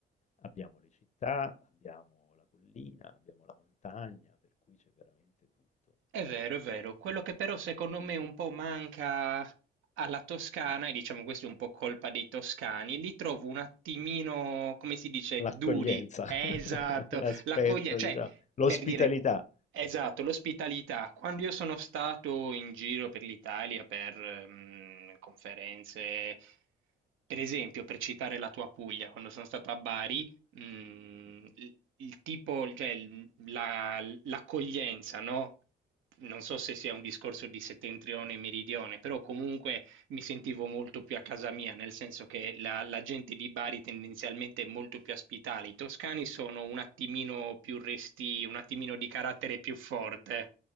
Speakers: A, on the left; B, on the right.
A: Abbiamo le città, abbiamo la collina, abbiamo la montagna, per cui c'è veramente tutto.
B: È vero, è vero. Quello che però secondo me un po' manca alla Toscana, e diciamo questo è un po' colpa dei toscani, li trovo un attimino, come si dice,
A: L'accoglienza,
B: duri. Esatto,
A: <laughs> l'aspetto,
B: l'accoglie, cioè,
A: diciamo, l'ospitalità.
B: per dire, esatto, l'ospitalità. Quando io sono stato in giro per l'Italia per ehm, conferenze, per esempio, per citare la tua Puglia, quando sono stato a Bari, mm,
A: Mh-mh.
B: il, il tipo, cioè il- la- l'accoglienza, no? Non so se sia un discorso di settentrione e meridione, però comunque mi sentivo molto più a casa mia, nel senso che la, la gente di Bari tendenzialmente è molto più ospitale. I toscani sono un attimino più resti, un attimino di carattere più forte.